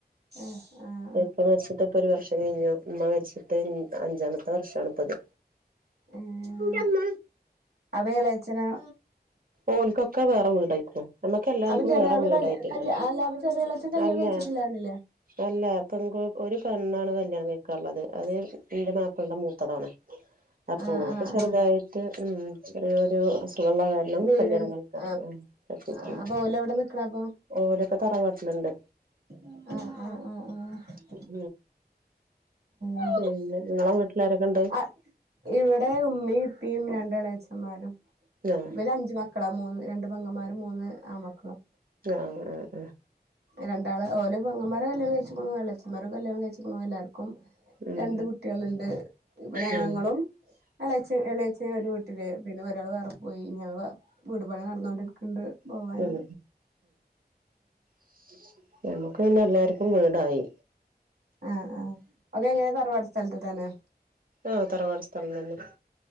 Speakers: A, on the right; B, on the right.
A: അഹ ആഹ
B: ഇപ്പ മരിച്ചിട്ട് ഇപ്പൊ ഒരു വർഷം കഴിഞ്ഞു ഇമ്മ മരിച്ചിട്ട് അഞ്ചാമത്തെ വർഷാണ് ഇപ്പം ഇത്
A: ഏഹ്
B: ഇൻ്റെ ഇമ്മ
A: അപ്പൊ എളയച്ചനോ
B: ഓലിക്കൊക്കെ വേറെ വീടായിക്ണു ഞങ്ങക്ക് എല്ലാർക്കും
A: അപ്പൊ ചെറിയ
B: വേറെ
A: ആള്
B: വീടായിട്ടിണ്ട്
A: കല് കല് അല്ല അപ്പൊ ചെറിയാളച്ചൻ കല്യാണം
B: അല്ല
A: കഴിച്ചിട്ടില്ലാന്നില്ലേ
B: അല്ല പങ്കു ഒരു പെണ്ണാണ് കല്യാണം കയ്ക്കാള്ളത് അത് ഇന്റെ മാപ്ലൻ്റെ മൂത്തതാണ് അപ്പം
A: ആഹ്
B: ഓക്ക്
A: ആഹ്
B: ചെറുതായിട്ട്
A: ആഹ്
B: ഉം ചെറിയൊരു അസുഖള്ള കാരണം
A: വീട്
B: കല്യാണം കയിക്കാൻപറ്റിയിട്ടില്ല
A: ആഹ് ആഹ് അപ്പൊ ഓല് എവിടെ നിക്കണ അപ്പൊ
B: ഓലൊക്കെ തറവാട്ടിലുണ്ട്
A: അഹ അഹ അഹ ആഹ്
B: ഉം
A: ഏ
B: പിന്നെ നിങ്ങളെ വീട്ടിലാരൊക്കെ ഉണ്ട്
A: അഹ് ഇവിടെ ഉമ്മയും ഇപ്പയും രണ്ട് എളേച്ചന്മാരും
B: ആഹ്
A: ഇവര് അഞ്ച് മക്കൾ മക്കളാ മൂന്ന് രണ്ട് പങ്ങന്മാരും മൂന്ന് ആണ് മക്കളും
B: ആഹ ആ ആ
A: രണ്ടാള് ഓല് പെങ്ങമ്മാരെ കല്യാണം കയ്ച്ചക്കണു എളഛന്മാരെ കല്യാണം കയ്ച്ചക്കണു എല്ലാർക്കും
B: ഉം
A: രണ്ട് കുട്ടികള് ഇണ്ട് പിന്നെ
B: ഉം
A: ഞങ്ങളും
B: ഉം
A: എളേച്ച എളേയച്ചൻ ഒരു വീട്ടില് പിന്നെ ഒരാള് വേറെ പോ പോയി ഞങ്ങളെ വീട്പണി നടന്നോണ്ടിരിക്കണ് ഇണ്ട് പോവാന്
B: ഉം <unintelligible> ഞ്ഞങ്ങക്ക് പിന്നെ എല്ലാർക്കും വീടായി
A: ആ ആ അത് എങ്ങനെയ തറവാട്ട് സ്ഥലത്ത് തന്നെ
B: ആഹ തറവാട് സ്ഥലം തന്നെ